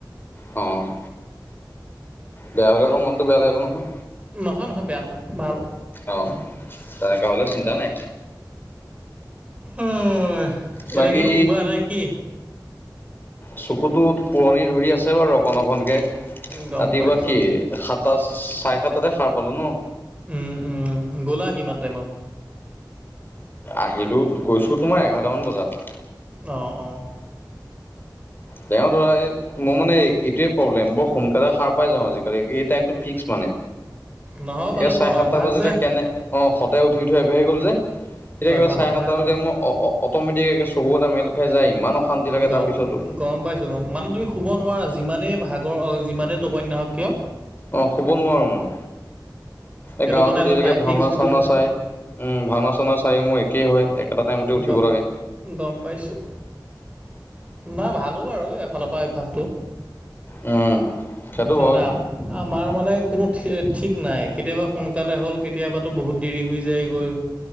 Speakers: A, on the left; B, on the right.
A: অ'। বেয়া হলে, আকৌ মনতো বেয়া লাগিব নহয়।
B: নহয় নহয়, বেয়া নহয়, ভাল।
A: অ', তেনেকুৱা হ'লেও চিন্তা নাই।
B: এই, এতিয়া
A: বাকী
B: কি শুবা নেকি?
A: চকুতো টোপনি ধৰি আছে বাৰু, অকন অকনকে,
B: গম
A: ৰাতিপুৱা
B: পাইছোঁ
A: কি সাত তাত চাৰে সাত তাতে সাৰ পালো ন।
B: উম, উম, গ'লা কিমান টাইমত?
A: আহিলোঁ, গৈছোঁ, তোমাৰ এঘাৰটামান বজাত।
B: অ', অ'।
A: তেওঁ ধৰা, এই মোৰ মানে এইটোৱে প্ৰব্লেম, বৰ সোনকালে সাৰ পাই যাওঁ আজিকালি। এই টাইমটো ফিক্স মানে,
B: নহয় মানে
A: এ চাৰে
B: তোমাৰ
A: সাতটা
B: অভ্যাস
A: বাজিলে
B: যে
A: কেনে অ', সদায় উঠি, উঠি অভ্যাস হৈ গ'ল যে, এতিয়া
B: অভ্যাসৰ
A: কিবা চাৰে সাতটা
B: কাৰণে
A: বজাত
B: হয়
A: মই অ-অ-অট'মেটিক একে চকু কেইটা মেল খাই যায় ইমান অশান্তি লাগে
B: গাম-গাম
A: তাৰ পিছতো
B: পাইছোঁ। মানে তুমি শুব নোৱাৰা। যিমানেই ভাগৰ, যিমানেই টোপনি নাহক কিয়।
A: অহ, শুব নোৱাৰোঁ মই। এই
B: এইটো
A: গাঁৱতো
B: মানে এটা
A: দেৰিকে
B: টাইম
A: ভাওনা-চাওনা
B: ফিক্স হৈ গৈছে যে
A: চাই উম, ভাওনা-চাওনা চাইও মোৰ একেই হয়। একেটা টাইমতে উঠিব
B: গ
A: লাগে।
B: গম পাইছোঁ, না ভালো বাৰু এই এফালৰ পৰা অভ্যাসটো।
A: উম। সেইটো
B: তাৰমানে
A: হয়
B: আ আমাৰ মানে কোনো ঠি-ঠিক নাই, কেতিয়াবা সোনকালে হ'ল কেতিয়াবাটো বহুত দেৰি হৈ যায়। যায় গৈ।